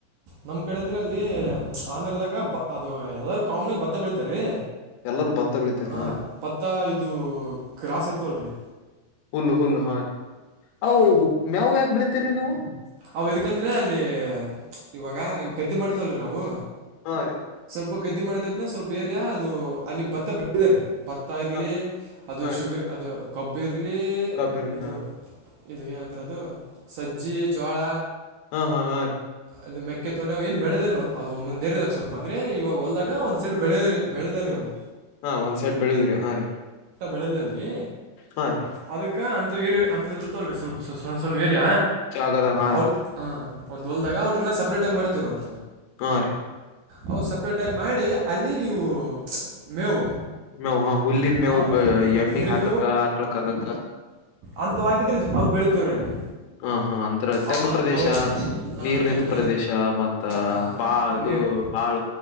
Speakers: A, on the right; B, on the left.
A: ನಮ್ ಕಡೆ ಅಂದ್ರೆ ಅಲ್ಲಿ ಆಂಧ್ರದಾಗ ಅದು ಯದಾದಾರೂ ಕಾಮನ್ ಆಗ ಬ ಭತ್ತ ಬೀಳತಾರೀ
B: ಎಲ್ಲರೂ ಭತ್ತ ಬೆಳಿತಾರೆ
A: ಹ
B: ಹಾ ರೀ
A: ಪತ್ತ ಇದು ಗ್ರಾಸ್ ಇರ್ತವಲ್ರಿ
B: ಹುಲ್ಲ ಹುಲ್ಲ ಹಾ ರೀ ಅವು ಮ್ಯಾವು ಯಾಕೆ ಬೆೀಳ್ತಿೀರಿ ನೀವು
A: ಅವ ಇದದಕಂದ್ರೆ ಅಲ್ಲಿ ಇವಾಗ ಗದ್ದೆ ಮಾಡ್ತಲ್ರರಿ ನಾವು
B: ಹಾ ರೀ
A: ಪ ಗದ್ದಿ ಮಾಡಿದಾಗ ಸ್ವಲ್ಪ ಏರಿಯಾ ಅದು ಅಲ್ಲಿ ಭತ್ತ ಬೆಳ ಭತ್ತ ಇರ್ಲಿ
B: ಹ
A: ಅದು
B: ಹಾ
A: ಶುಗರ್
B: ರೀ
A: ಅದು ಕಬ್ಬೀರ್ ಇಲ್ಲಿ
B: ಕಬ್ಬಿರ್ಲಿ
A: ಇದು
B: ಹಾ
A: ಇದು ಏನಂತದು ಸಜ್ಜಿ ಜೋಳ
B: ಹಾ ಹಾ ಹಾ ರೀ
A: ಅದು ಮೆಕ್ಕೆ ತೊಣೆವು ಏ ಬೆಳೆದ ಅದು ಒಂದೊಂದ್ರದಾಗ ಸ್ವಲ್ಪ ಅಂದ್ರೆ ಇವಾಗ ಹೊಲ್ದಾಗ ಒಂದ್ ಸೈಡ್ ಬೆಳೆ ಬೆಳೆದ ರ ಅವು
B: ಹಾ ಒಂದ್ ಸೈಡ್ ಬೆಳುದ್ರಿ ಹಾ ರೀ
A: ಬೆಳೆಲ್ಲಿ
B: ಹಾ ರೀ
A: ಅದಕ್ಕ ಅಂತೇ ಅಂತ ಇರ್ತಲ್ ಸ್ವಲ್ಪ ಸಣ್ಣ ಸಣ್ಣೇ
B: ಜಾಗದಾಗ ಹಾ
A: ಔಟ್
B: ರೀ
A: ಹ ಒಂದು್ಲ್ದಾಗ ಟ್ರನ್ನ ಸಪ್ರೇಟ್ ಆಿ ಮಾಡ್ತೀವ್ರ ಅವ್ರ
B: ಆರು
A: ಅವು ಸಪ್ರೇಟ್ ಆಗಿ ಮಾಡಿ ಅಲ್ಲಿ ಇವು ಮೇವು
B: ಮೇವು ಹ ಹುಲ್ಲಿನ್ ಮೇವು್
A: ಹಾಂ
B: ಎಮ್ಮಗ್
A: ಹುಲ್ಲಿನ
B: ಹಾಕಕ್ಕ ಹಕಳಕ್ ಹಕಕ್ಕ
A: ಅಂತ ಹಾಕಿದ್ರೆ ಅವು ಬೆಳೀಿತೀವ್ರ ಅಲ್ಲಿ
B: ಹಾ ಹಾ ಅಂತ್ರ ತೆಗ್
A: ಅ- ಅ-
B: ಪ್ರದೇಶ
A: ಅವಷ್ಟೇ ಹಾಂ
B: ನೀರ್
A: ತಗ್ಗು
B: ನಿಂತ ಪ್ರದೇಶ ಮತ್ತ
A: ಹಾಂ
B: ಬಾ ಇ ಇದು
A: ನೀರು
B: ಬಾಳ